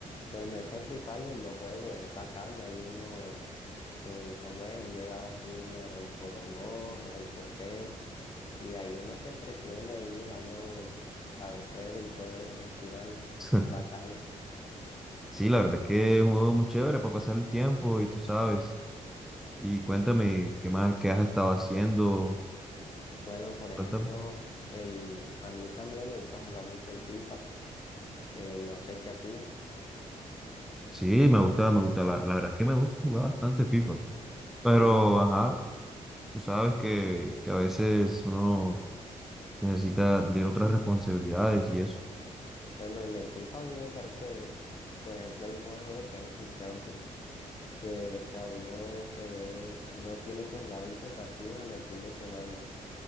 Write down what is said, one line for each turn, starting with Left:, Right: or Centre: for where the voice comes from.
Left: Bueno, ese Free Fire yo juego, es bacano. Hay uno en cómo es, y llegaba así, Heroico dos Heroico tres y ahí uno se entretiene ahí dando cabecero y todo eso, tiro al
Centre: <laughs>
Left: bacano.
Centre: Sí, la verdad es que es un juego muy chévere para pasar el tiempo y tú sabes. Y cuéntame qué más, qué has estado haciendo.
Left: Bueno, por ejemplo,
Centre: Cuéntame.
Left: el, a mí también me gusta jugar mucho el FIFA. eh, no sé si a ti.
Centre: Sí, me gusta, me gusta. La, la verdad es que me gusta jugar bastante FIFA. Pero,
Left: Bueno,
Centre: ajá, tú sabes que, que a veces uno necesita tener otras responsabilidades y eso.
Left: bueno, en el FIFA a mí me parece, por ejemplo, hay un modo de juego que es el Foot Champion. que, o sea, uno se ve, uno tiene que jugar 20 partidos en el fin de semana.